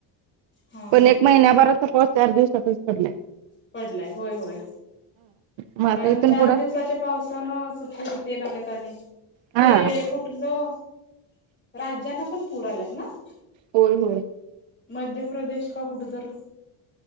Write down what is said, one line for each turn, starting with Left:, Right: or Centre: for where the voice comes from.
Left: हा
Right: पण
Left: हा
Right: एक महिन्याभर तर पाऊस चार दिवसांतच पडलाय‌.
Left: पडलाय होय होय.
Right: मग आता
Left: कारण
Right: इथून
Left: चार
Right: पुढं
Left: दिवसाच्या पावसानं <unintelligible> तेन आल्यात आणि ते
Right: हा
Left: कुठलं, राज्यांना पण पूर आल्यात ना.
Right: होय होय.
Left: मध्य प्रदेश का कुठं तर.